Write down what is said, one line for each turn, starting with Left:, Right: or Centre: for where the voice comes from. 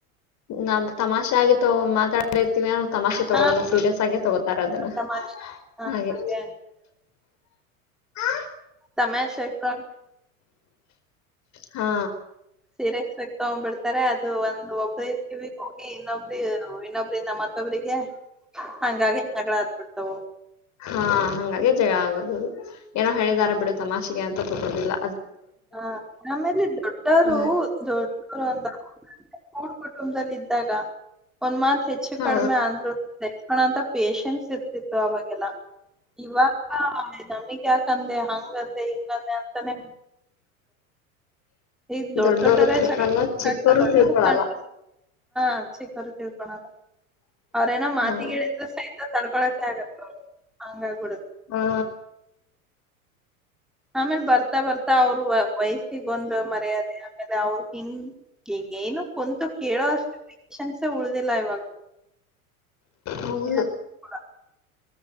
Left: ನಾ ತಮಾಷೆ ಆಗಿ ತ ಮಾತಾಡಿರ್ತೀವಿ ತಮಾಷೆ ತಗೊಳಲ್ಲ
Centre: ಹಾ
Left: ಸೀರಿಯಸ್
Centre: ಹಾ,
Left: ಆಗೇ ತಗೋತಾರ ಅದನ್ನ
Centre: ತಮಾಷೆ ಹಾ
Left: ಹಾಗೆ
Centre: ಅದೇ
Left: ಹಾ
Centre: ಸಮಯ ಸೆನ್ಸ್ಟ
Left: ಹಾ
Centre: ಸೀರೆಸಕ್ ತಗೊಂಡ್ಬಿಡ್ತಾರೆ ಅದು ಒಂದ್ ಒಬ್ರ ಕಿವಿ ಹೋಗಿ ಇನ್ನೊಬ್ರಿ ಇನ್ನೊಬ್ರ ನ ಮತ್ತೊಬ್ರಿಗೆ ಹಂಗಾಗಿ ಜಗಳ ಹತ್ಬಿಡ್ತವು
Left: ಹಾ ಹಂಗಾಗಿ ಜಹಳ ಏನೋ ಹೇಳಿದಾರ ಬಿಡು ತಮಾಷೆಗೆ ಅಂತ ತೊಗೋದಿಲ್ಲ
Centre: ಹ ನಮೇಲೆ ದೊಡ್ಡವರು
Left: ಹಂಗ
Centre: ದೊಡ್ಡವರು ಅಂದ ಡ್ ಕುಟುಂಬದಲ್ಲಿ ಇದ್ದಾಗ ಒಂದ್ ಮಾತ್ ಹೆಚ್ಚು
Left: ಹಾ
Centre: ಕಡಿಮೆ ಅಂದ್ರು ತಚ್ಕಳಂತ ಪೇಶೆನ್ಸ್ ಇರ್ತಿತ್ತು ಅವಾಗೆಲ್ಲ ಇವಾಗ ನಮಗ್ ಯಾಕಂದೆ ಹಂಗ್ದೆ ಹಿಂಗದ್ದೆ ಅಂತಾನೆ ಈ ದೊಡ್ದೋಡ್ಡರ
Left: ದೊಡ್ಡೋರು ತಿಳ್ಕೊಲ್ಲ
Centre: ಸ
Left: ಚಿಕ್ಕೋರು
Centre: ದೊಡ್ಡರ
Left: ತಿಳ್ಕೊಳಲ್ಲ
Centre: ಹಾ ಹಾಚ್ಚಕರಿತೀವಿ ಕಣಣ್ಣ ಅವ್ರೇನೋ ಮಾತಿಗೆಿಳಿದ್ರು
Left: ಹಾ
Centre: ಸಹಿತ ತಳ್ಕೊಳಕೆ ಆಗತ್ತ ಅವ್ರು ಹಂಗಾಬೀಡುತ
Left: ಹಾ
Centre: ಆಮೇಲ್ ಬರ್ತಾ ಬರ್ತಾ ಅವ್ರು ವಯಸ್ಸಿಗೊಂದು್ ಮರ್ಯಾದೆ ಆಮೇಲೆ ಅವರು ಹಿಂಗ ಹ ಏನು ಕುಂತು ಕೇಳೋ ಅಷ್ಟೆ ಪೇಶನ್ಸ ಉಳ್ದಿಲ್ಲ ಇವಾಗ
Left: ಹೌದು
Centre: ಯಾರ್ಗೂ ಕೂಡ.